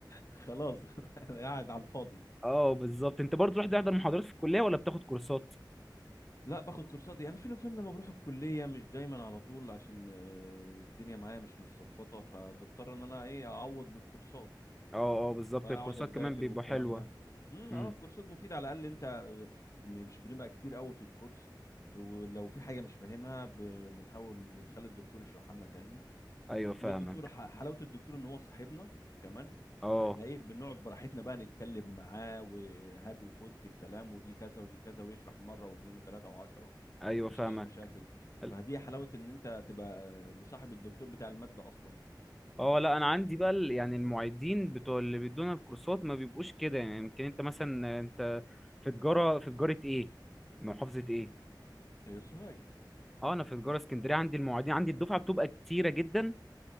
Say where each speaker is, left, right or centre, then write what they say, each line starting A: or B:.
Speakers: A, on the left; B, in the centre.
A: خلاص <laughs> قاعد على الفاضي
B: اه بالظبط انت برضه رحت تحضر محاضرات في الكليه ولا بتاخد كورسات
A: لا باخد كورسات يعني فين وفين لما بروح الكليه مش دايما على طول عشان آه، الدنيا معايا مش متظبطه فبضطر ان انا ايه اعوض بالكورسات
B: اه اه بالظبط
A: واقعد
B: الكورسات
A: اذاكر
B: كمان بيبقوا
A: والكلام
B: حلوه
A: ده امم
B: امم
A: اه الكورسات مفيده على الاقل انت آه، مش بنبقى كتير قوي في الكورس ب- ولو في حاجه مش فاهمها ب- بنحاول نخلي الدكتور يشرحها لنا تاني
B: ايوه فاهمك
A: والدكتور ح- حلاوه الدكتور ان هو صاحبنا كمان
B: اه
A: فاحنا ايه بنقعد براحتنا بقى نتكلم معاه وهات وخد في الكلام ودي كذا ودي كذا ويشرح مره واثنين وثلاثه وعشره
B: ايوه
A: مفيش
B: فاهمك
A: اي مشاكل
B: ال-
A: فدي حلاوه ان انت تبقى مصاحب الدكتور بتاع الماده اصلا
B: اه لا انا عندي بقى ال- يعني المعيدين بتوع اللي بيدونا الكورسات ما بيبقوش كده يعني يمكن انت مثلا انت في تجاره في تجاره ايه محافظه ايه
A: إيه، سوهاج
B: اه انا في تجاره اسكندريه عندي المعيدين عندي الدفعه بتبقى كتيره جدا